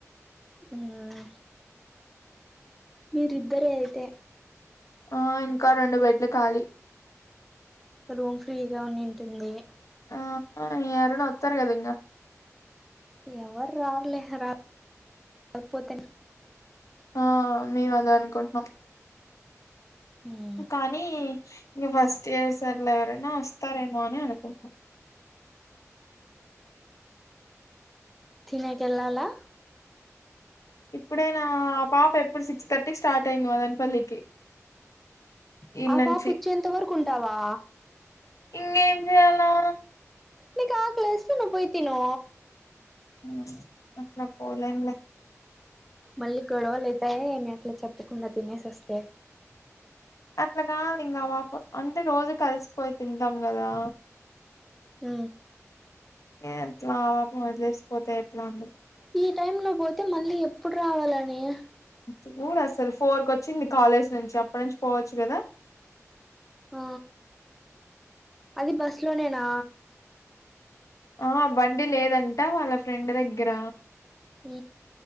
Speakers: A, in the centre; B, on the left (about 75°).
A: ఆమ్ మీరిద్దరే అయితే
B: ఆ ఇంకా రెండు బెడ్ లు ఖాళి
A: రూమ్ ఫ్రీ గానే ఉంటుంది
B: ఆ ఎవరైన్నా వత్తరా కదా ఇంకా
A: ఎవరు రారులే రాకపోతే నే
B: ఆ మేము అదే అనుకుంటున్నాం
A: మ్
B: కానీ ఇంక ఫస్ట్ ఇయర్ సర్లే ఎవరైనా వస్తారేమో అని అనుకుంటున్నాను
A: తినే కేలాలా
B: ఇప్పుడే నా పాప ఎప్పుడు సిక్స్ థర్టీకి స్టార్ట్ అయింది మదనపల్లికి ఈడ్
A: ఆ
B: నుంచి
A: పాప వచ్చేంత వరకు ఉంటావా
B: ఇంకేం చేయాలా
A: నీకు ఆకలి వేస్తే నువ్వు పోయి తిను
B: అ అట్లా పోలేనులే
A: మళ్ళీ గొడవలు అయితాయ మీ అట్లా చెప్పకుండా తినేసి వస్తే
B: అట్లాగా ఇంకా మా అంటే రోజు కలిసిపోయి తింటాం కదా
A: ఉ
B: ఎట్లా ఆవాప వదిలేసిపోతేా ఎట్లా అండదు
A: ఈ టైమ్ లో పోతే మళ్ళీ ఎప్పుడు రావాల అన్నయ్య
B: చూ అసలు ఫోర్ కు వచ్చింది కాలేజ్ నుంచి అప్పటి నుంచి పోవచ్చు కదా
A: ఆ అది బస్ లోనేేనా
B: ఆ బండి లేదంట వాళ్ళ ఫ్రెండ్ దగ్గర
A: అ